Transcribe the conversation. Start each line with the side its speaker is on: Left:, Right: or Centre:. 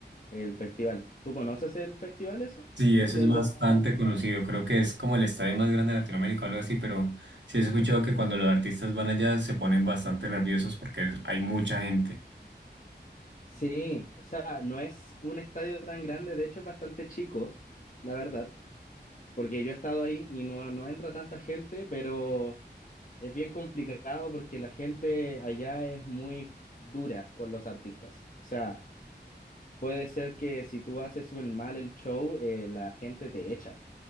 Left: el festival. ¿Tú conoces el festival ese?
Right: Sí,
Left: ¿El
Right: eso
Left: Festival
Right: es bastante
Left: del Mar?
Right: conocido, creo que es como el estadio más grande de Latinoamérica o algo así, pero sí he escuchado que cuando los artistas van allá se ponen bastante nerviosos porque es- hay mucha gente.
Left: Sí, o sea, no es un estadio tan grande, de hecho es bastante chico, la verdad, porque yo he estado ahí y no, no entra tanta gente, pero es bien complicado porque la gente allá es muy dura con los artistas. O sea, puede ser que si tú haces un- mal el show, eh, la gente te echa,